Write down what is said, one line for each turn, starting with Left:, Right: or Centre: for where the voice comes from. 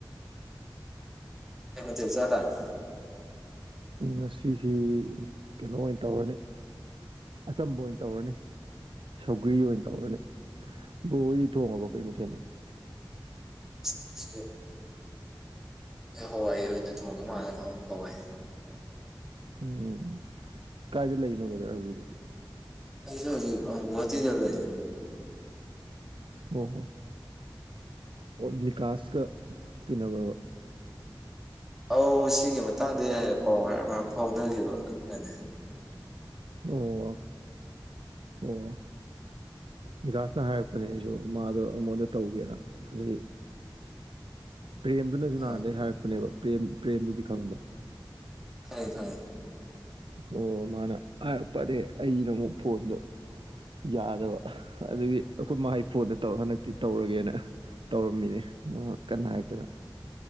Centre: ꯀꯩꯅ ꯆꯦ ꯆꯦ ꯇꯔꯦ
Right: ꯉꯁꯤꯁꯤ ꯀꯩꯅꯣ ꯑꯣꯏꯅ ꯇꯧꯔꯅꯤ ꯑꯆꯝꯕ ꯑꯣꯏꯅ ꯇꯧꯔꯅꯤ ꯁꯧꯒ꯭ꯔꯤ ꯑꯣꯏꯅ ꯇꯧꯔꯅꯤ ꯕꯣꯏꯗꯤ ꯊꯣꯡꯉꯕꯣ ꯀꯩ ꯃꯊꯦꯜꯗꯣ
Centre: ꯎꯝ ꯍꯣꯏꯋꯥꯏ ꯑꯩ ꯑꯣꯏꯅ ꯊꯣꯡꯉ ꯃꯥꯜꯂꯦ ꯍꯣꯏꯋꯥꯣꯏ
Right: ꯎꯝ ꯀꯥꯏꯗ ꯂꯩꯅꯣ ꯗꯔ ꯍꯧꯖꯤꯛꯐꯥꯎ
Centre: ꯁꯨ ꯍꯧꯖꯤ ꯋꯥꯤ ꯆꯦꯜꯗꯥ
Right: ꯑꯣꯣ ꯍꯣ ꯑꯣ ꯅꯤꯀꯥꯁꯀ ꯇꯤꯟꯅꯕ꯭ꯔꯕ
Centre: ꯑꯧ ꯁꯤꯒꯤ ꯃꯇꯥꯡꯗ ꯍꯥꯏꯦ ꯄꯥꯎ ꯍꯥꯏꯔ ꯐꯥꯎꯅꯈꯤꯕ ꯑꯗꯨꯅꯦ
Right: ꯑꯣ ꯑꯣ ꯕꯤꯀꯥꯁꯅ ꯍꯥꯏꯔꯛꯄꯅꯦ ꯑꯩꯁꯨ ꯃꯥꯗꯣ ꯑꯩꯉꯣꯟꯗ ꯇꯧꯒꯦꯅ ꯑꯗꯗꯒꯤ
Centre: <unintelligible>
Right: ꯄ꯭ꯔꯦꯝꯗꯨꯅꯁꯨ
Centre: ꯑ
Right: ꯅꯍꯥꯟꯗꯒꯤꯩ ꯍꯥꯏꯔꯛꯄꯅꯦꯕ ꯄ꯭ꯔꯦꯝ ꯄ꯭ꯔꯦꯝꯗꯨꯗꯤ ꯈꯪꯕ꯭ꯔ
Centre: ꯇꯦ
Right: ꯑꯣ ꯃꯥꯅ ꯍꯥꯏꯔꯛꯄꯅꯦ ꯑꯩꯅ ꯑꯃꯨꯛ ꯐꯣꯟꯗꯣ ꯌꯥꯗꯕ ꯑꯗꯨꯒꯤ ꯑꯩꯈꯣꯏ ꯃꯍꯩ ꯐꯣꯟꯗ ꯇꯧꯔ ꯍꯟꯗꯛꯇꯤ ꯇꯧꯔꯒꯦꯅ ꯇꯧꯔꯝꯃꯤꯅꯦ ꯀꯟꯅ ꯍꯥꯏꯇꯅ